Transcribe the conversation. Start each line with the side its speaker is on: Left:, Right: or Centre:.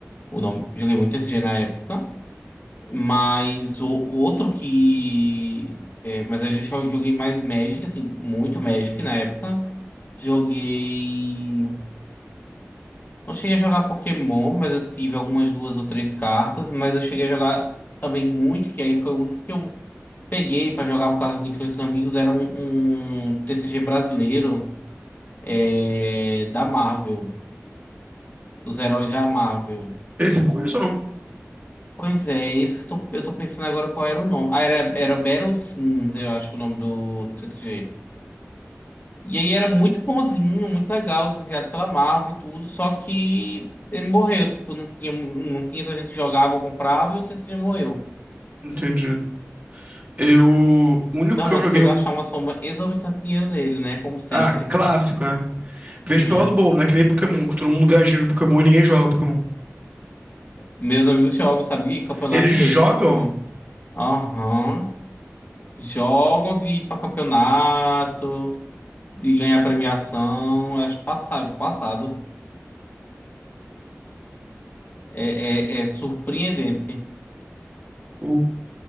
Left: o nome. Joguei muito TCG na época, mas o, o outro que. é, mas eu já só joguei mais Magic, assim, muito Magic na época. Joguei. Não cheguei a jogar Pokémon, mas eu tive algumas duas ou três cartas, mas eu cheguei a jogar também muito, que aí foi o único que eu peguei pra jogar por causa de influência dos amigos, era um, um TCG brasileiro, é, da Marvel, dos heróis da Marvel.
Right: Esse eu não conheço, não.
Left: Pois é, esse que eu tô, eu tô pensando agora qual era o nome. Ah, era, era Battle Sims, eu acho que é o nome do, do TCG. E aí era muito bonzinho, muito legal, licenciado pela Marvel e tudo, só que ele morreu, tipo, não tinha, não tinha tanta gente que jogava ou comprava e o TCG morreu.
Right: Entendi. Eu. O único
Left: Não,
Right: que eu
Left: antes
Right: joguei
Left: de eu
Right: um.
Left: gastar uma soma exorbitante de dinheiro nele, né? Como sempre.
Right: Ah, clássico, né? Vejo
Left: né?
Right: pelo lado bom, né? Que nem Pokémon, que todo mundo gasta no Pokémon e ninguém joga Pokémon.
Left: Meus amigos jogam, sabe? Campeonato
Right: Eles jogam.
Left: mesmo, tipo, aham. Jogam de ir pra campeonato, de ganhar premiação, eu acho passável, passado. É, é, é surpreendente.
Right: O...